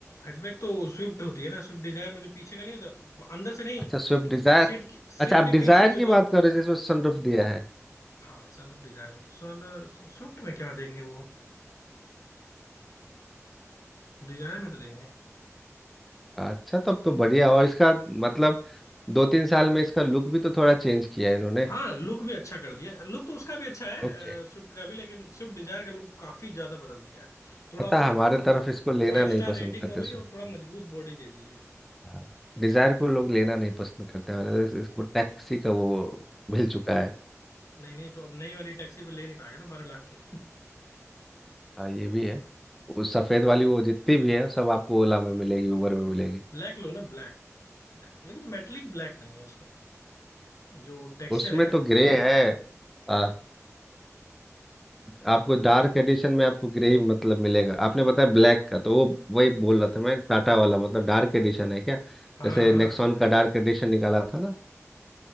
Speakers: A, on the left; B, in the centre.
A: हैचबैक तो स्विफ्ट होती है ना स्विफ्ट डिजायर में जो पीछे का नहीं होता अंदर से नहीं
B: अच्छा स्विफ्ट डिजायर
A: सीट की
B: अच्छा
A: सिर
B: आप
A: के
B: डिजायर
A: पीछे जो
B: की
A: जो
B: बात कर रहे हो जिसमें सनरूफ दिया है
A: हाँ सनरूफ डिजायर में सन स्विफ्ट में क्या देंगे वो डिजायर में तो देंगे
B: अच्छा तब तो बढ़िया और इसका मतलब दो तीन साल में इसका लुक भी तो थोड़ा चेंज किया है इन्होंने
A: हाँ लुक भी अच्छा कर दिया लुक तो उसका भी अच्छा है
B: लुक
A: स्विफ्ट का भी लेकिन स्विफ्ट डिजायर का लुक काफी ज्यादा बदल दिया है थोड़ा
B: पता
A: और
B: है, हमारे तरफ इसको लेना
A: फाइव
B: नहीं
A: स्टार
B: पसंद
A: रेटिंग
B: करते
A: हो गई
B: स्विफ्ट
A: और थोड़ा मजबूत बॉडी दे दी है
B: को डिजायर को लोग लेना नहीं पसंद करते हमारे तरफ इसको टैक्सी का वो मिल चुका है
A: नहीं नहीं तो अब नई वाली टैक्सी पे ले नहीं पाएगा ना बारह लाख की
B: हाँ ये भी है वो सफेद वाली वो जितनी भी है सब आपको ओला में मिलेगी उबर में मिलेगी
A: ब्लैक लो ना ब्लैक ब्लैक लेकिन मेटलिक ब्लैक नहीं है उसका जो टेक्सचर
B: उसमें
A: है
B: तो ग्रे है
A: हाँ
B: आ, आपको डार्क एडिशन में आपको ग्रे ही मतलब मिलेगा आपने बताया ब्लैक का तो वो वही बोल रहा था मैं टाटा वाला मतलब डार्क एडिशन है क्या
A: हाँ
B: जैसे
A: हाँ
B: नेक्सॉन का डार्क एडिशन निकाला था ना